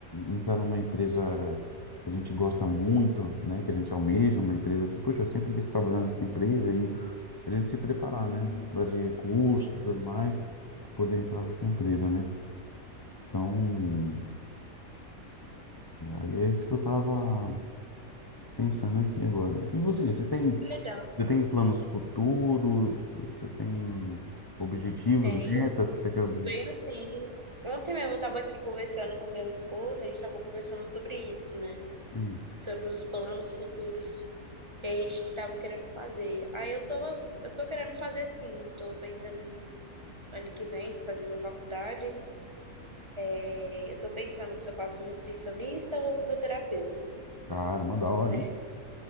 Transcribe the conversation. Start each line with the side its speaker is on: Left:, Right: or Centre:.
Left: entrar numa empresa que a gente gosta muito, né? Que a gente almeja, uma empresa assim, poxa, eu sempre quis trabalhar nessa empresa e a gente se preparar, né? Fazer curso
Right: Sim,
Left: e tudo mais, para poder entrar nessa empresa, né? Então, Aí é isso que eu tava pensando aqui agora. E você, você tem,
Right: que legal.
Left: você tem planos futuros? Você tem objetivos,
Right: Tenho,
Left: metas que você quer objetivos?
Right: tenho sim. Ontem mesmo eu tava aqui conversando com meu esposo, a gente tava conversando sobre isso, né?
Left: Hum,
Right: Sobre os planos futuros que a gente tava querendo fazer. Aí eu tava, eu tô querendo fazer sim, eu tô pensando em ano que vem, fazer minha faculdade. É, eu tô pensando se eu faço nutricionista ou fisioterapeuta,
Left: Caramba, da hora,
Right: né?
Left: hein?